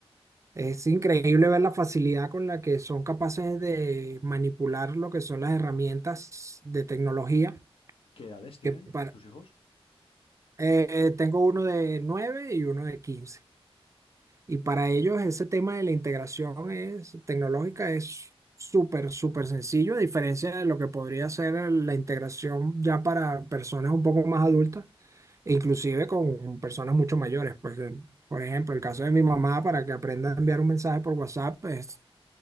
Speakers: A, on the right (about 30°); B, on the left (about 65°).
A: Es increíble ver la facilidad con la que son capaces de manipular lo que son las herramientas de tecnología.
B: ¿Qué edades tienen
A: Que para,
B: tus hijos?
A: eh, tengo uno de 9 y uno de quince Y para ellos ese tema de la integración es, tecnológica es súper, súper sencillo, a diferencia de lo que podría ser la integración ya para personas un poco más adultas, e inclusive con personas mucho mayores. Pues, eh, por ejemplo, el caso de mi mamá para que aprenda a enviar un mensaje por WhatsApp, pues,